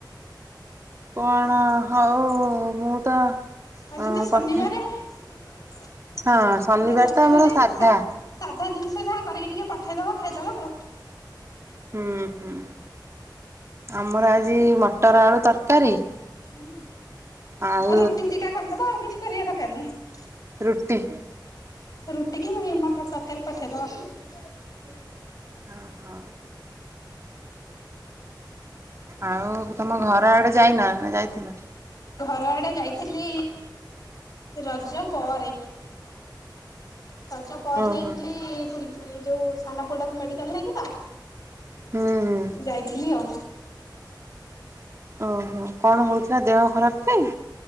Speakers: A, on the right; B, on the left.
A: କଣ ହଉ ମୁଁ ତ
B: ଆଜି
A: ହଁ
B: ତ ଶନିବାରେ
A: ପଠେଇ
B: ଆଜି
A: ହଁ ଶନିବାର
B: ତ ଶନିବାରେ
A: ଆମର ସାଧା।
B: ସାଧ ସାଧା ଜିନିଷ ଯାହା କରିକି ଟିକେ ପଠେଇଦବ ଖାଇଦବା ଆଉ।
A: ହୁଁ ହୁଁ। ଆମର ଆଜି ମଟର ଆଳୁ ତରକାରୀ
B: ହୁଁ।
A: ଆଉ
B: ହଁ ରୁଟି ଦିଟା କରିଦବ ଆଉ କିଛି କରିଆ ଦରକାର ନାହିଁ।
A: ରୁଟି।
B: ରୁଟି କି ଏହି ମଟର ତରକାରୀ ପଠେଇ ଦବ।
A: ଓହୋ। ଆଉ ତମ ଘର ଆଡେ ଯାଇନ ନା ଯାଇଥିଲ?
B: ଘର ଆଡେ ଯାଇଥିଲି, ରଜ ପରେ। ରଜ ପରେ
A: ଓହୋ
B: ଯାଇଥିଲି ପୁରୀ ବୁଲି ଏ ଯୋଉ ସାନ ପୁଅଟାକୁ ମେଡିକାଲ ନେଇକି ତ
A: ହୁଁ ହୁଁ
B: ଯାଇଥିଲି ଆଉ।
A: ଓହୋ କଣ ହଉଥିଲା ଦେହ ଖରାପ ପାଇଁ?